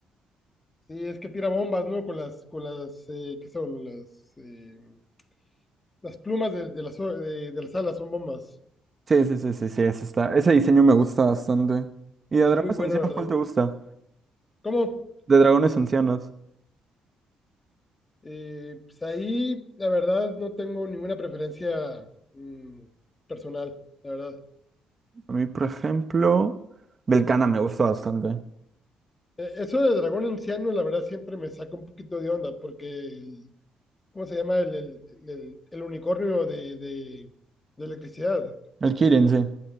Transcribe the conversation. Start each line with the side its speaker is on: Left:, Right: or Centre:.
Left: sí, es que tira bombas, ¿no? Con las, con las, eh, ¿qué son? Las, eh, las plumas de, de las, o- de de las alas son bombas.
Right: Sí, sí, sí, sí, sí, ese está. Ese diseño me gusta bastante. ¿Y de
Left: Eh,
Right: dragones
Left: muy bueno,
Right: ancianos
Left: la verdad.
Right: cuál te gusta?
Left: ¿Cómo?
Right: De dragones ancianos.
Left: Eh, pues ahí, la verdad, no tengo ninguna preferencia mm, personal, la verdad.
Right: A mí, por ejemplo, Belcana me gusta bastante.
Left: Eh, eso de dragón anciano, la verdad, siempre me saca un poquito de onda, porque, el- ¿cómo se llama? El, el, el- el unicornio de, de, de electricidad.
Right: El Kirin, sí.